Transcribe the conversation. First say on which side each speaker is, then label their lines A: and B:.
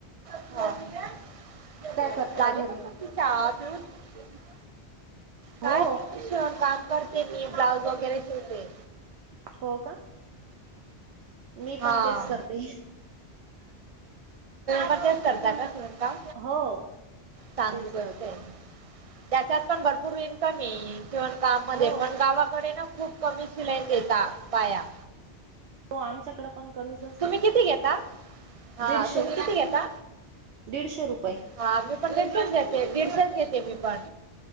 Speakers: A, on the right; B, on the right.
A: <inaudible>
B: करता
A: झाली.
B: घरी
A: म तुमची <unintelligible> काय
B: हो
A: नाही मी शिवण काम करते, मी ब्लाऊज वगैरे शिवते.
B: हो का. मी
A: हा.
B: पण तेच करते
A: मग तेच करता का? दिवस का,
B: हो
A: चांगली
B: तेच
A: गोष्ट
B: करते
A: आहे. त्याच्यात पण भरपूर इनकम आहे. शिवणकाम मध्ये,
B: हो
A: पण गावाकडे ना. खूप कमी शिलाई देता, बाया.
B: हो आमच्याकडे पण कमीच असते.
A: तुम्ही किती घेता हा
B: दीडशे
A: तुम्ही किती घेता?
B: दीडशे रुपये
A: हा पण घेते दीडशेच घेते, मी पण.